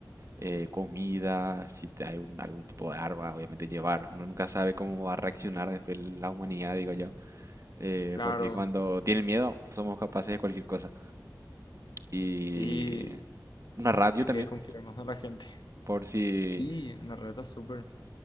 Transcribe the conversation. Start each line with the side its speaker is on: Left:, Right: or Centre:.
Right: eh, comida, si te- hay un- algún tipo de arma, obviamente llevar. Uno nunca sabe cómo va a reaccionar después la humanidad, digo yo, eh,
Left: claro.
Right: porque cuando tienen miedo somos capaces de cualquier cosa. Y
Left: Sí,
Right: una radio
Left: hay
Right: también,
Left: que confiar más en la gente. <laughs>
Right: por si
Left: Sí, en la reta súper.